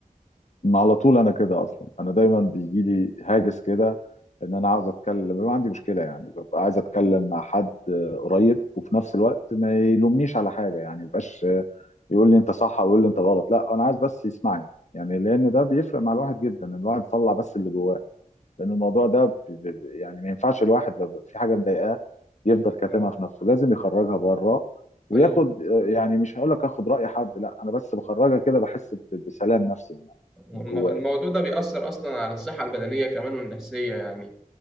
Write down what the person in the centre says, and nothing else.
آه.
وال-
والم-
الموضوع
ده بيأثر اصلا على الصحه البدنيه كمان والنفسيه يعني